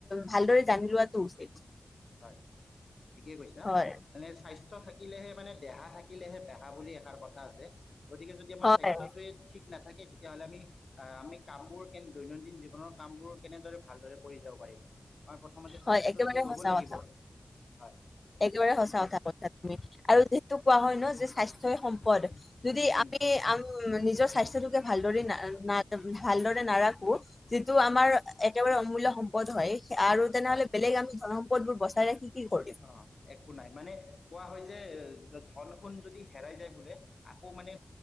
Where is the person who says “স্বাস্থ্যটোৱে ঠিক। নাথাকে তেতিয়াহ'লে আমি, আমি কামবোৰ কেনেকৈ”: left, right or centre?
Left